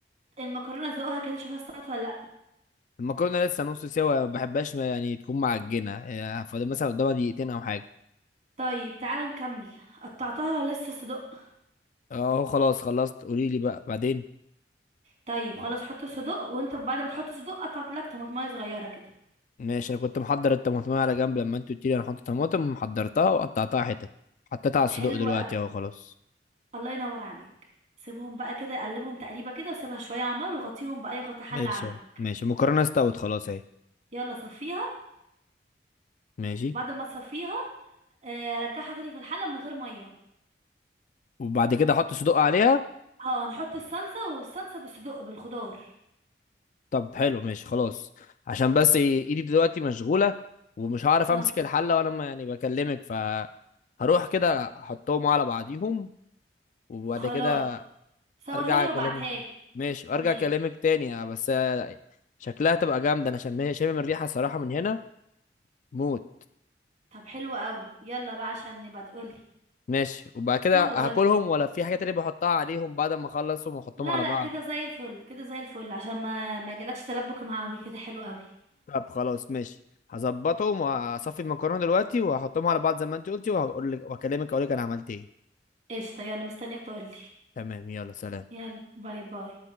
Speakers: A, on the right (about 40°); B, on the left (about 45°).
A: المكرونة ذوقها كده شوفها استوت ولا
B: المكرونه لسه نص سوا ما بحبهاش يعني تكون معجنه يعني فاضل مثلا قدامها دقيقتين او حاجه
A: طيب تعالى نكمل قطعتها ولا لسه صدق
B: اهو خلاص خلصت قولي لي بقى بعدين
A: طيب خلاص حط صدق وانت بعد ما تحط صدق قطعت لك طماطمايه صغيره كده
B: ماشي انا كنت محضر الطماطم على جنب لما انت قلت لي انا حاطط طماطم محضرتها وقطعتها حتت حطيتها على الصدوق
A: حلوه
B: دلوقتي
A: قوي
B: اهو خلاص
A: الله ينور عليك سيبهم بقى كده قلبهم تقليبه كده وسيبها شويه على النار وغطيهم باي غطا حله
B: ماشي
A: عندك
B: اهو ماشي المكرونه استوت خلاص اهي
A: يلا صفيها
B: ماشي
A: بعد ما تصفيها آه، رجعها تاني في الحله من غير ميه
B: وبعد كده احط صدوق عليها
A: اه نحط الصلصه والصلصه بالصدق بالخضار
B: طب حلو ماشي خلاص عشان بس إيه، ايدي دلوقتي مشغوله ومش هعرف
A: اه
B: امسك الحله وانا ما يعني بكلمك ف هروح كده احطهم على بعضيهم وبعد
A: خلاص
B: كده
A: صورها
B: ارجع
A: لي
B: اكلمك
A: وابعتها لي
B: ماشي وارجع
A: ماشي
B: اكلمك تاني آه، بس آه، شكلها تبقى جامده انا شم شامم الريحه الصراحه من هنا موت
A: طب حلو قوي يلا بقى عشان نبقى تقولي
B: ماشي وبعد كده
A: دوق
B: هاكلهم ولا في حاجه تانية بحطها عليهم بعد ما اخلصهم واحطهم
A: لا
B: على
A: لا
B: بعض
A: كده زي الفل كده زي الفل عشان ما ما يجيلكش تلبك معاوي كده حلو قوي
B: طب خلاص ماشي هظبطهم وهصفي المكرونه دلوقتي وهحطهم على بعض زي ما انت قلتي وهقول لك واكلمك اقول لك انا عملت ايه
A: قشطة يلا مستنياك تقولي
B: تمام يلا سلام
A: يلا باي باي